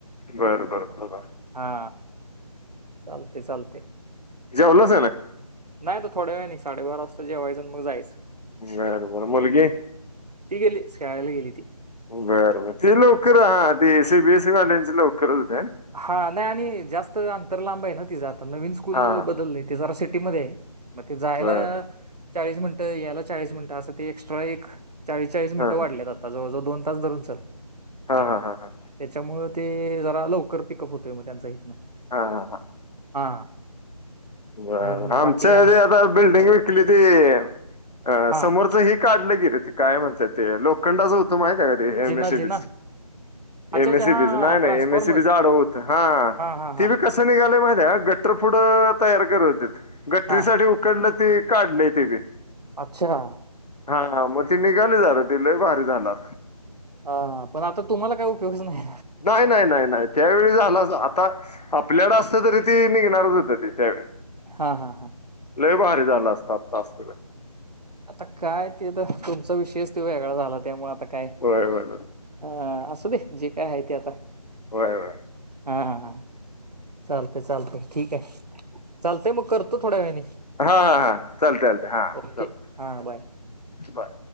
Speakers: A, on the left; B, on the right.
A: बरं बरं
B: हा चालतय चालतय.
A: जेवलास काय नाही.
B: नाही आता थोड्या वेळाने साडेबारा वाजता जेवायचं मग जायचं.
A: बरं बरं मुलगी.
B: ती गेली. शाळेला गेली ती.
A: बरं ते लवकर हा ते सीबी, एसी वाल्यांची लवकर.
B: हा नाही आणि जास्त अंतर लांब आहे ना तिचां आता नवीन स्कूल
A: हा
B: बदललंय ते जरा से सेफ्टी मध्ये. मग ते जायला
A: बर
B: या चाळीस मिनटं याला चाळीस मिनटं असं ते एक्स्ट्रा एक चाळीस चाळीस मिनिटं
A: हा
B: वाढल्यात आता जवळ जवळ दोन तास धरून चल
A: हा हा हा हा
B: त्याच्यामुळ ते जरा लव कर पिकअप होतय म त्यांचं हितंन
A: हा हा हा
B: हा
A: बर
B: म्हणून
A: आमच
B: बाकी
A: ते
B: काय नाही
A: आता बिल्डिंग वि कली ते, अ
B: हा
A: समोरचं हे काढलं गेट ते काय म्हणतात ते लोखंडाच हो त माहित आहे का
B: जिना
A: एम एस सी
B: जिना
A: बी च
B: अच्छा
A: एम
B: अच्छा
A: एस सी
B: हा
A: बीच नाही नाही
B: ट्रान्सफॉर्मर
A: एमएसी बीच आडव होत, हा
B: हा
A: ते
B: हा
A: बी कस निघाल माहि त्या गटर फुडं तयार कर होत गटरी
B: हा
A: साठी उकंडलं ते काढलय ते बी.
B: अच्छा
A: हा हा मग ती निघाली दार ती लय भारी झालं.
B: हा पण आता तुम्हाला काय उपयोगच नाही
A: नाही नाही नाही नाही, त्यावेळी झाला आता आपल्याला असत तरी त निघणारच होत ते त्यावेळी,
B: हा हा हा
A: लय भारी झालं असत आता असतं तर.
B: आता काय ते तर तुमचा विषयच तो वेगळा झाला त्यामुळे आता काय,
A: होय होय
B: अ असुदे जे काय आहे ते आता
A: होय होय.
B: हा हा. हा चालतय चालतय ठीक आहे. चालतंय मग करतो थोड्या वेळानी,
A: हा हा हा चालतयं, चालतयं हा
B: ओके
A: चालतयं
B: हां बाय
A: बाय!